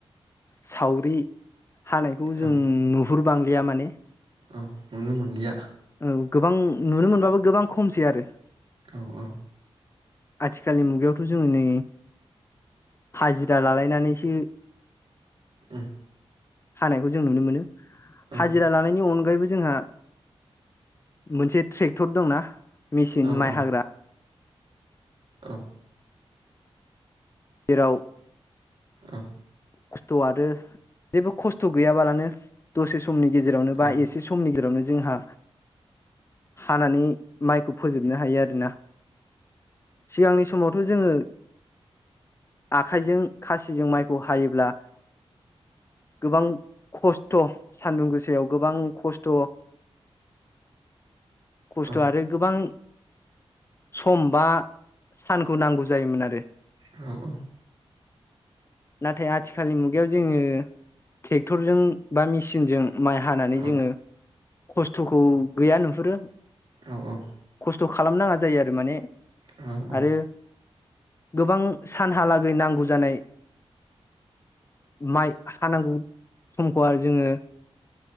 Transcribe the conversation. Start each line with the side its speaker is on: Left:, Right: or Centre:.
Left: सावरि हानायखौ
Right: औ
Left: जों नु हुर बांलिया माने
Right: औ नुनो मोनलिया
Left: ओं गोबां नुनो मोनबाबो गोबां खमसै आरो
Right: औ औ
Left: आथिखालनि मुगायावथ' जोङो नै हाजिरा लालायनानैसो
Right: उम
Left: हानायखौ जों नुनो मोनो।
Right: औ
Left: हाजिरा लानायनि अनगायैबो जोंहा मोनसे ट्रेक्टर दंना मेचिन
Right: औ
Left: माइ
Right: औ
Left: हाग्रा
Right: औ
Left: जेराव
Right: औ
Left: खस्थ' आरो जेबो खस्थ' गैयाबालानो दसे सम समनि गेजेरावनो बा
Right: औ
Left: एसे समनि गेजेरावनो जोंहा हानानै माइखौ फोजोबनो हायो आरोना सिगांनि समाव थ' जोङो आखायजों खाथिजों मायखौ हायो ब्ला गोबां खस्थ' सानदुं गोसायाव गोबां खस्थ' खस्थ'
Right: औ
Left: आरो गोबां सम बा सानखौ नांगौ जायोमोन आरो
Right: आरो औ औ
Left: नाथ आद थिखालनि मुगायाव जोङो ट्रेक्टरजों बा मेसिनजों माइ हानानै
Right: औ
Left: जोङो खस्थ'खौ गैया नुहुरो
Right: औ औ
Left: खस्थ' खालाम नाङा जायो आरो माने
Right: औ औ
Left: आरो गोबां सानहालागै नांगौ जानाय माइ हानांगौ समखौ आरो जोङो